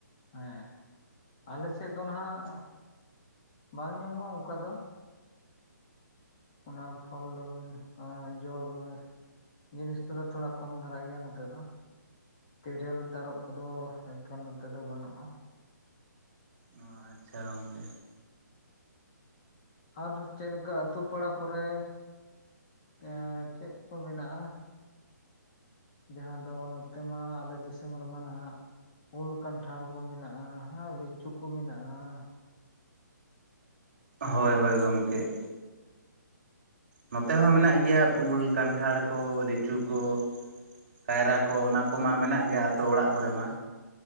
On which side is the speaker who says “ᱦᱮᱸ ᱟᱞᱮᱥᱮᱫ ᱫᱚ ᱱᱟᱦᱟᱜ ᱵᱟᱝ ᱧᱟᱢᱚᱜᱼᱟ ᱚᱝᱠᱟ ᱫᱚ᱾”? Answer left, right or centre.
Left